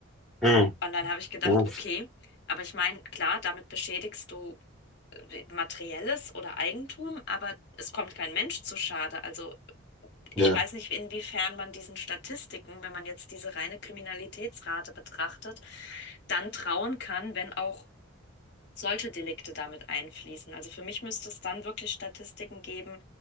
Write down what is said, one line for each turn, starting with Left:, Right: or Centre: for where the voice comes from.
Centre: Ja.
Left: Und dann habe ich gedacht,
Centre: Ja.
Left: okay, aber ich meine, klar, damit beschädigst du äh, Materielles oder Eigentum, aber es kommt kein Mensch zu Schade. Also
Centre: Ja.
Left: ich weiß nicht, inwiefern man diesen Statistiken, wenn man jetzt diese reine Kriminalitätsrate betrachtet, dann trauen kann, wenn auch solche Delikte damit einfließen. Also für mich müsste es dann wirklich Statistiken geben,